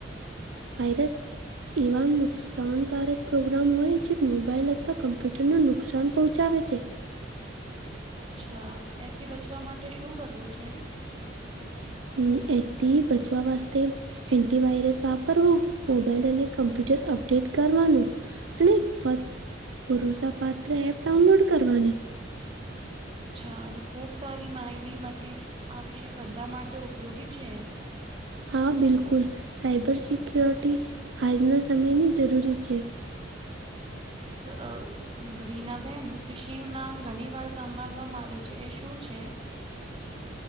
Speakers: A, on the right (about 80°); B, on the right (about 30°).
A: વાયરસ એવા નુ નુકશાનકારક પ્રોગ્રામ હોય જે મોબાઈલ અથવા કમ્પ્યુટરનું નુકસાન પહોંચાવે છે.
B: અચ્છા, એથી બચવા માટે શું કરવું છે?
A: હમ્મ, એથી બચવા વાસ્તે એન્ટીવાયરસ વાપરવો, મોબાઈલ અને કમ્પ્યુટર અપડેટ કરવાનું અને ફત ભરોસાપાત્ર એપ ડાઉનલોડ કરવાની.
B: અચ્છા અને ખૂબ સારી માહલીમતી આ વિષય બધા માટે ઉપયોગી છે.
A: હા બિલકુલ, સાયબર સિક્યોરિટી આજના સમયની જરૂરી છે.
B: સુરેશ અ રીનાબેન ફિશિંગ નામ ઘણીવાર સાંભલવા મલે છે એ શું છે?